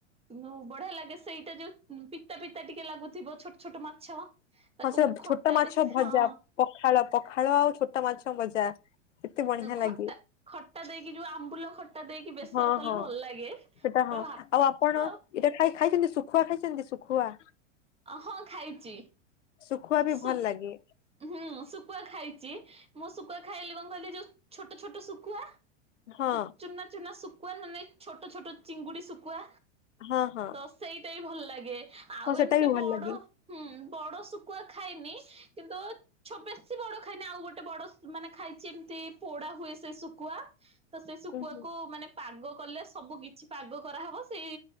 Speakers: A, on the right (about 15°); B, on the left (about 75°).
A: ଉଁ ବଢି଼ଆ ଲାଗେ, ସେଇଟା ଯୋଉ ପିତା ପିତା ଟିକେ ଲାଗୁଥିବ, ଛୋଟ ଛୋଟ ମାଛ।
B: ହଁ
A: ତାକୁ
B: ସେ
A: ବୁ
B: ଛୋଟ
A: ଖଟା
B: ମାଛ
A: ଦେ,
B: ଭଜା
A: ହଁ।
B: ପଖାଳ, ପଖାଳ ଆଉ ଛୋଟ ମାଛ ଭଜା। କେତେ ବଢିଆ ଲାଗେ
A: ଖଟା ଖଟା ଦେଇକି ଯୋଉ ଆମ୍ବୁଲ ଖଟା ଖଟା ଦେଇକି ବେସର
B: ହଁ
A: କଲେ
B: ହଁ।
A: ଭଲ ଲାଗେ ପୁରା
B: ସେଟା ହଁ
A: ଭାତ।
B: ଆଉ ଆପଣ ଏଇଟା ଖାଇ ଖାଇଛନ୍ତି ଶୁଖୁଆ ଖାଇଛନ୍ତି ଶୁଖୁଆ?
A: ହଁ ଖାଇଛି।
B: ଶୁଖୁଆ ବି
A: ସୁ
B: ଭଲ ଲାଗେ।
A: ହୁଁ ଶୁକୁଆ ଖାଇଛି ମୁଁ ଶୁକୁଆ ଖାଇଲେ କଣ କହିଲି ଯୋଉ ଛୋଟ ଛୋଟ ଶୁଖୁଆ
B: ହଁ
A: ତ ଚୁନା ଚୁନା ସୁକୁଆ ନ ନାଇଁ ଛୋଟ ଛୋଟ ଚିଙ୍ଗୁଡ଼ି ସୁକୁଆ
B: ହଁ ହଁ
A: ତ ସେଇଟା ବି ଭଲ ଲାଗେ ଆଉ
B: ହଁ ସେଟା
A: ଏମତି
B: ବି ଭଲ ଲାଗେ।
A: ହୁଁ ବଡ଼ ଶୁକୁଆ ଖାଇନି କିନ୍ତୁ ବେଶୀ ବଡ଼ ଖାଇନି ଆଉ ଗୋଟେ ବଡ଼ ମାନେ ଖାଇଛି ଏମିତି ପୋଡ଼ା ହୁଏ ସେ ଶୁଖୁଆ। ତ ସେ ଶୁକୁଆକୁ
B: ଅହ
A: ମାନେ ପାଗ କଲେ ସବୁ କିଛି ପାଗ କରାହବ। ସେଇ